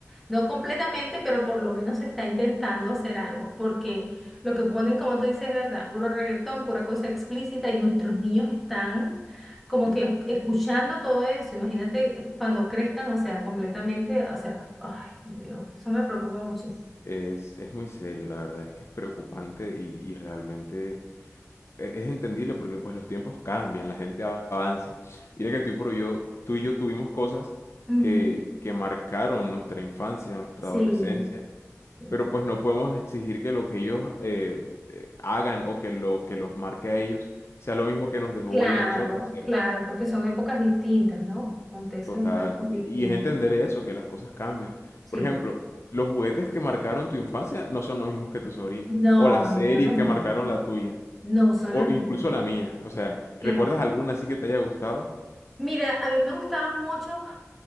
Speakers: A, in the centre; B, on the left (about 60°).
A: no completamente, pero por lo menos se está intentando hacer algo, porque lo que ponen, como tú dices, es verdad, puro reggaetón, pura cosa explícita, y nuestros niños están como que es- escuchando todo eso. Imagínate eh, cuando crezcan, o sea, completamente, o sea, ay, Dios, eso me preocupa muchísimo.
B: Es, es muy serio, la verdad, es que es preocupante y, y realmente e- Es entendible porque pues los tiempos cambian, la gente avanza. Mira que tú y, por yo, tú y yo tuvimos cosas
A: Ujú.
B: que, que marcaron nuestra infancia, nuestra
A: Sí.
B: adolescencia,
A: sí.
B: pero pues no podemos exigir que lo que ellos eh, hagan o que lo que los marque a ellos sea lo mismo que nos dejó
A: Claro,
B: huella a nosotros, ¿cierto?
A: claro, porque son épocas distintas, ¿no? Contextos
B: Total.
A: históricos distintos.
B: Y y es entender eso, que las cosas cambian.
A: Sí.
B: Por ejemplo, los juguetes que marcaron tu infancia no son los mismos que tu sobrino,
A: No,
B: o las series
A: no son las mismas.
B: que marcaron la tuya.
A: No son
B: O
A: las
B: incluso
A: mismas.
B: la mía. O sea,
A: Nada
B: ¿recuerdas
A: que ver.
B: alguna así que te haya gustado?
A: Mira, a mí me gustaban mucho,